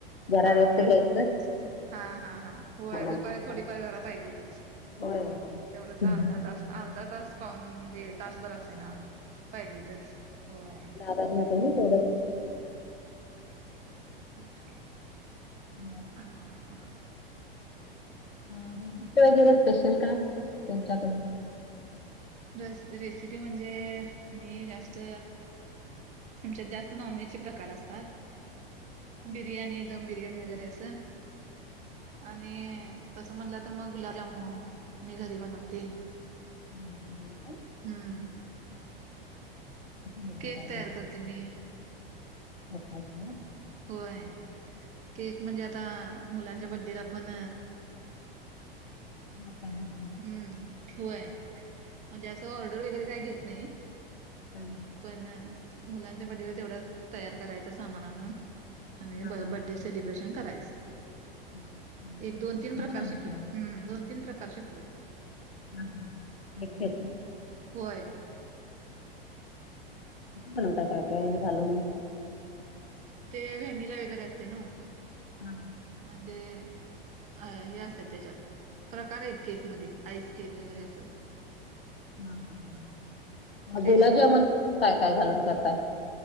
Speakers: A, on the left; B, on the right.
A: जरा
B: हा
A: रेस्ट
B: हा
A: घ्यायचं
B: हा हा हा
A: त्यानंतर
B: होय दुपारी थोडीफार जरा पाहिजेतच
A: होय होय
B: तेवढंच
A: हम
B: अर्धा तास अर्धा तास पाहून म्हणजे तासभर असे ना पाहिजेतच होय
A: करण्यात आहे ना थोडंच
B: तेच की
A: <unintelligible>
B: हा हां
A: हा रेसिपी वगैरे स्पेशल काय तुमच्याकडून
B: रस रेसिपी म्हणजे मी जास्त आमच्यात जास्त नॉनव्हेज चे प्रकार असतात बिर्याणी दम बिर्याणी वगैरे असं आणि तस म्हणला तर मग गुलाबजामुन मी घरी बनवते
A: <unintelligible> काय
B: हम्म
A: बनवताय
B: केक तयार करते मी
A: येतात होय
B: होय केक म्हणजे आता मुलांच्या बडडेला पण
A: मग काय नाइ बन
B: हम्म होय म्हणजे असं ऑर्डर वगैरे काही घेत नाही
A: हम्
B: पण मुलांच्या बड्डेला तेवढच तयार करायचं सामान आणून आणि
A: हा
B: ब
A: हा
B: बड्डे
A: हा हा
B: सेलिब्रेशन करायच.
A: कसं
B: एक दोन तीन प्रकार
A: बनवताय
B: शिकले हम्म दोन तीन प्रकार शिकले
A: हम हम हम एकेक
B: हम्म. होय
A: बनवता काय काय घालून
B: ते व्हॅनीला वगैरे असते ना
A: हा हा
B: म्हणजे अ हे असतात त्याच्यात प्रकार आहेत केकमध्ये आईस केक वगैरे असं
A: हा हा हा मग
B: फ्रेश
A: गुलाबजामुन
B: केक
A: काय काय घालून करताय